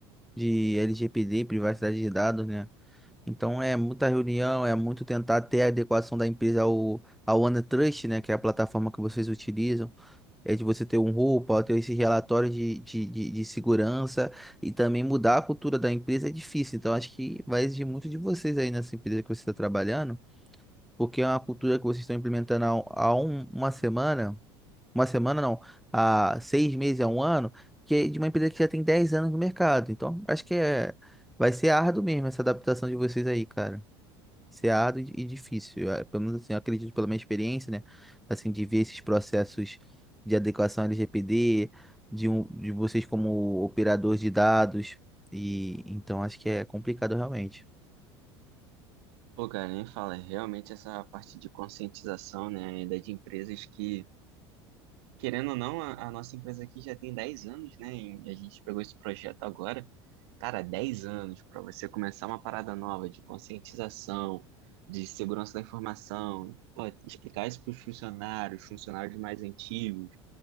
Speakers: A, in the centre; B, on the right.
A: De LGPD, privacidade de dados, né? Então é muita reunião, é muito tentar ter a adequação da empresa ao, ao OneTrust, né? Que é a plataforma que vocês utilizam. É de você ter um roupa, ter esses relatórios de, de, de, de segurança e também mudar a cultura da empresa é difícil. Então, acho que vai exigir muito de vocês aí nessa empresa que você está trabalhando, porque é uma cultura que vocês estão implementando há, um- há um- uma semana, uma semana não, há seis meses, há um ano, que é de uma empresa que já tem 10 anos no mercado. Então, acho que é, vai ser árduo mesmo essa adaptação de vocês aí, cara ser árduo e e difícil. Ah, Pelo menos assim, eu acredito pela minha experiência, né? Assim, de ver esses processos de adequação LGPD, de, um, de vocês como operador de dados. E então acho que é complicado realmente.
B: Pô, cara, nem fala, realmente essa parte de conscientização, né, ainda de empresas que Querendo ou não, a, a nossa empresa aqui já tem 10 anos, né? E a gente pegou esse projeto agora. Cara, 10 anos para você começar uma parada nova de conscientização, de segurança da informação, pô, explicar isso para os funcionários, funcionários mais antigos,